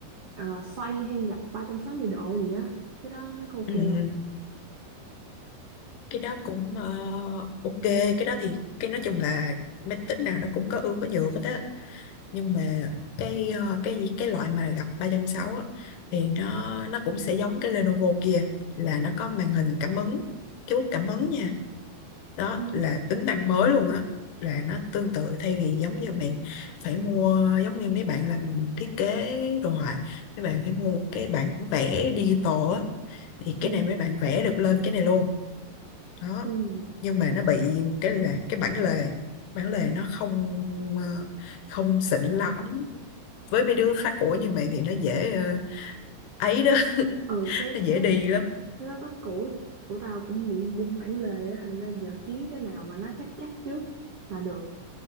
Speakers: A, on the right; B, on the left.
A: ờ, xoay hay gập 360 độ gì á cái đó nó có ok
B: ừ. ừ.
A: không
B: cái đó cũng ờ, ok cái đó thì cái nói chung là máy tính nào nó cũng có ưu có nhược hết á nhưng mà cái ờ, cái gì- cái loại mà gặp 360 á, thì nó nó cũng sẽ giống cái Lenovo kia là nó có màn hình cảm ứng cái bút cảm ứng nha đó
A: Ừ.
B: là tính năng mới luôn á là nó tương tự thay vì giống như mày phải mua giống như mấy bạn làm thiết kế đồ họa mấy bạn phải mua một cái bản vẽ digital á thì
A: Ừ.
B: cái này mấy bạn vẽ được lên cái này luôn đó
A: ừ.
B: nhưng mà nó bị một cái là cái bản lề bản lề nó không ờ, không xịn lắm với mấy đứa phá của như mày thì nó dễ ờ, ấy đó
A: ừ
B: <laughs>
A: cái
B: nó dễ
A: cái
B: đi lắm
A: cái laptop cũ của tao cũng bị bung bản lề á thành ra giờ kiếm cái nào mà nó chắc chắc trước là được